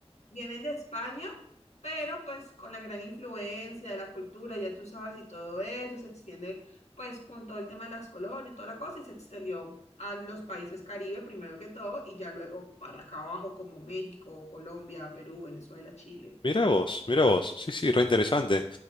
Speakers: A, on the left (about 85°); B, on the left (about 50°).
A: vienen de España, pero pues con la gran influencia de la cultura, ya tú sabes, y todo eso se extiende pues con todo el tema de las colonias, toda la cosa, y se extendió a los países Caribe primero que todo, y ya luego para acá abajo como México, Colombia, Perú, Venezuela, Chile.
B: Mirá vos, mirá vos. Sí, sí, re interesante.